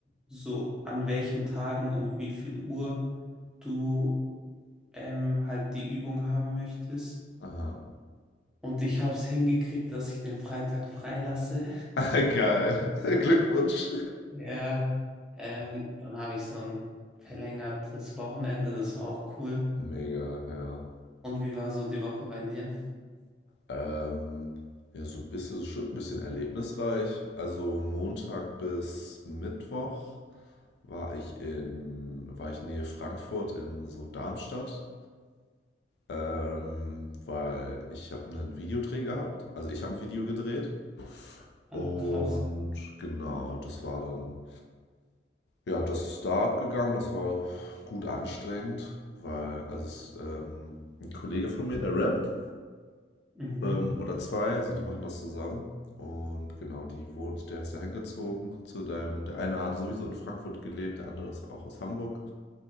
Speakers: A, in the centre; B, on the left.
A: so an welchen Tagen um wie viel Uhr du ähm, halt die Übung haben möchtest.
B: Aha.
A: Und ich habe es hingekriegt, dass ich den Freitag freilasse.
B: <laughs> Geil. <laughs> Glückwunsch.
A: Ja, ähm, dann habe ich so ein verlängertes Wochenende, das ist auch cool.
B: Mega, ja.
A: Und wie war so die Woche bei dir?
B: Ähm, ja, so ein bisschen, schon ein bisschen erlebnisreich. Also Montag bis Mittwoch war ich in, war ich Nähe Frankfurt in so Darmstadt, ähm, weil ich habe einen Videodreh gehabt. Also ich habe ein Video gedreht
A: Ah,
B: und
A: krass.
B: genau, das war dann, ja, das ist da abgegangen. Das war gut anstrengend, weil also es, ähm, ein Kollege von mir, der rappt,
A: Mhm.
B: ähm, oder zwei, also die machen das zusammen. Und genau, die wohnt, der ist da hingezogen zu deinem, der eine hat sowieso in Frankfurt gelebt, der andere ist auch aus Hamburg.